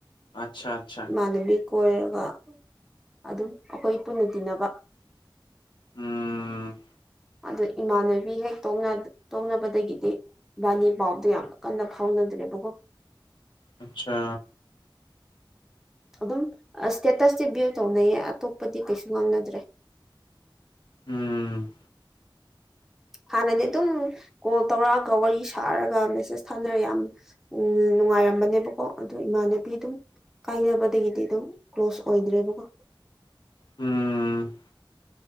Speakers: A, on the left; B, in the centre.
A: ꯑꯠꯁꯥ ꯑꯠꯁꯥ
B: ꯏꯃꯥꯟꯅꯕꯤ ꯀꯣꯏꯔꯒ ꯑꯗꯨꯝ ꯑꯩꯈꯣꯏ ꯄꯨꯟꯅ ꯇꯤꯟꯅꯕ
A: ꯎꯝ
B: ꯑꯗ ꯏꯃꯥꯟꯅꯕꯤ ꯍꯦꯛ ꯇꯣꯡꯅꯕꯗꯒꯤꯗꯤ ꯏꯕꯥꯅꯤ ꯄꯥꯎꯗꯣ ꯌꯥꯝ ꯀꯟꯅ ꯐꯥꯎꯅ ꯗ꯭ꯔꯦꯕꯀꫭ
A: ꯑꯠꯁꯥ
B: ꯑꯗꯨꯝ ꯑ ꯁꯇꯦꯇꯁꯇꯤ ꯚ꯭ꯌꯨ ꯇꯧꯅꯩꯌꯦ ꯑꯇꯣꯞꯄꯗꯤ ꯀꯩꯁꯨ ꯉꯥꯡꯅꯗ꯭ꯔꯦ
A: ꯎꯝ
B: ꯍꯥꯟꯅꯗꯤ ꯑꯗꯨꯝ ꯀꯣꯜ ꯇꯧꯔꯛꯑꯒ ꯋꯥꯔꯤ ꯁꯥꯔꯒ ꯃꯦꯁꯦꯁ ꯊꯥꯅꯔ ꯌꯥꯝ ꯎꯝ ꯅꯨꯡꯉꯥꯏꯔꯝꯕꯅꯦꯕꯀꯣ ꯑꯗꯨ ꯏꯃꯥꯅ ꯕꯤ ꯗꯨꯝ ꯀꯥꯏꯅꯕꯗꯒꯤꯗꯤ ꯑꯗꯨꯝ ꯀ꯭ꯂꯣꯁ ꯑꯣꯏꯗ꯭ꯔꯦꯕꯀꯣ
A: ꯎꯝ